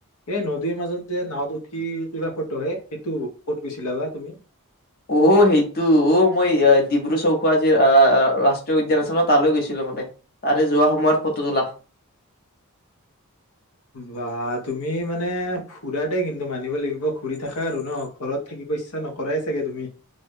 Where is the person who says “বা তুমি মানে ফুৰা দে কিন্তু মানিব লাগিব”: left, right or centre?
Left